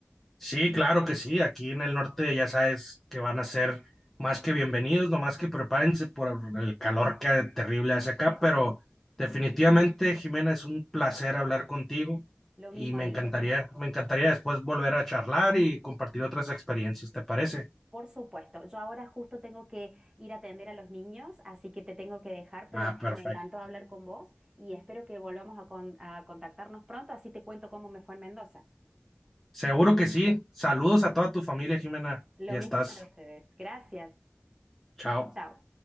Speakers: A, in the centre; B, on the right.
A: Sí, claro que sí. Aquí en el norte ya sabes que van a ser más que bienvenidos, nomás que prepárense por el calor que terrible hace acá, pero definitivamente, Jimena, es un placer hablar contigo
B: Lo mismo
A: y me
B: digo.
A: encantaría, me encantaría después volver a charlar y compartir otras experiencias, ¿te parece?
B: Por supuesto, yo ahora justo tengo que ir a atender a los niños, así que te tengo que dejar,
A: Ah,
B: pero
A: perfecto.
B: me encantó hablar con vos y espero que volvamos a, con- a contactarnos pronto, así te cuento cómo me fue en Mendoza.
A: Seguro que sí. Saludos a toda tu familia, Jimena.
B: Lo
A: Ya
B: mismo
A: estás.
B: para ustedes. Gracias.
A: Chao.
B: Chao, chao.